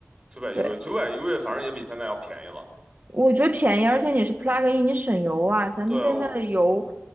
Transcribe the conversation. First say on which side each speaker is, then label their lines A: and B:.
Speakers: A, on the right; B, on the right.
A: 九百一个月，
B: 对。
A: 九百一个月反正也比现在要便宜了。
B: 我觉得便宜，而且你是 plug in，你省油啊。咱们现在的油
A: 对，